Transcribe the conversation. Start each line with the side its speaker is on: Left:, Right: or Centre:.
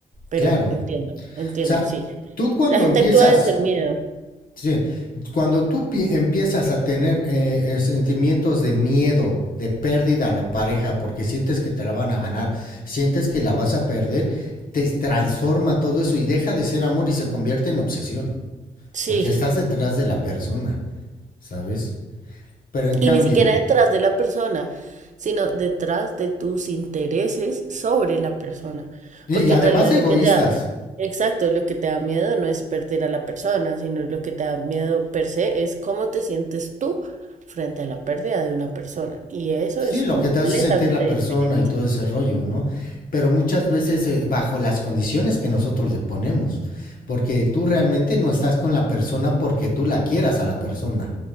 Right: Pero
Left: Claro. O
Right: entiendo, entiendo,
Left: sea,
Right: sí.
Left: tú cuando
Right: La gente
Left: empiezas
Right: actúa desde el miedo.
Left: Sí, cuando tú pi- empiezas a tener eh, eh, sentimientos de miedo, de pérdida a la pareja, porque sientes que te la van a ganar, sientes que la vas a perder, te transforma todo eso y deja de ser amor y se convierte en obsesión,
Right: Sí,
Left: porque estás detrás de la persona, ¿sabes? Pero en cambio,
Right: Y ni siquiera detrás de la persona, sino detrás de tus intereses sobre la persona.
Left: y
Right: Porque
Left: y además
Right: en realidad
Left: egoístas,
Right: lo que te da, exacto, lo que te da miedo no es perder a la persona, sino lo que te da miedo per se es cómo te sientes tú frente a la pérdida de una persona. Y eso
Left: Sí,
Right: es
Left: lo
Right: completamente
Left: que te hace sentir la
Right: diferente.
Left: persona y todo ese rollo, ¿no? Pero muchas veces eh, bajo las condiciones que nosotros le ponemos, porque tú realmente no estás con la persona porque tú la quieras a la persona.